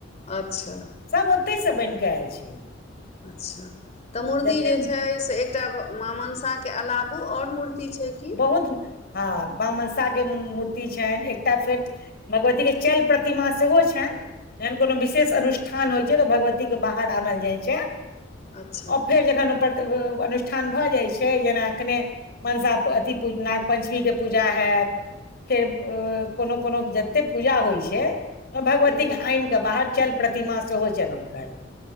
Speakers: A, on the left (about 35°); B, on the left (about 55°).
A: अच्छा
B: सभ ओतहिसँ बनि कऽ आयल छै।
A: अच्छा तऽ मूर्ति
B: जते
A: जे छै से एकटा मा मंसाके अलावो आओर मूर्ति छै कि
B: बहुत हँ मा मनसा के मुर्ति छनि एकटा फेर भगवतीके चल प्रतिमा सेहो छनि। एहन कोनो विशेष अनुष्ठान होइ छै तऽ भगवतीके बाहर आनल जाइ छै
A: अच्छा
B: आ फेर जखन ओ अनुष्ठान भऽ जाइत छै जेना कने मनसा अथी नाग पञ्चमी के पूजा होयत फेर कोनो कोनो ओते पूजा होय छै ओ भगवतीके
A: हूँ
B: अैन कऽ बाहर चैल प्रतिमा सेहो चरण कर